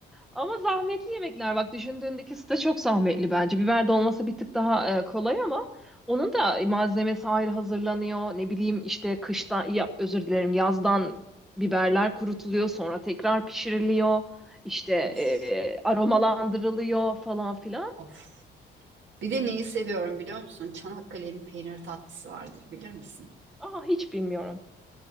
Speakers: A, in the centre; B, on the right (about 70°).
A: Ama zahmetli yemekler bak düşündüğündeki süte çok zahmetli bence. Biber dolması bir tık daha e, kolay ama onun da malzemesi ayrı hazırlanıyor. Ne bileyim işte kıştan yap özür dilerim yazdan biberler kurutuluyor sonra tekrar pişiriliyor. İşte e,
B: Of
A: aromalandırılıyor falan filan.
B: of. Bir de neyi seviyorum biliyor musun? Çanakkale'nin peynir tatlısı vardır bilir misin?
A: Aa hiç bilmiyorum.